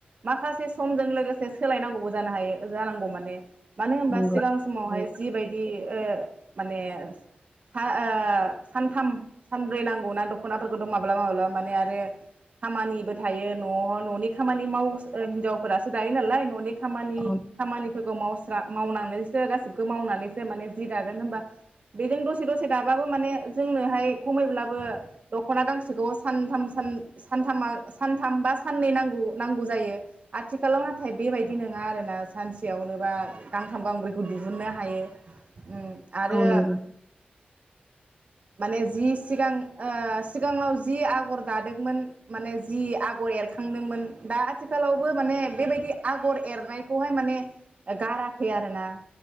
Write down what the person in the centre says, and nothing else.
नंगौ
औ
औ नंगो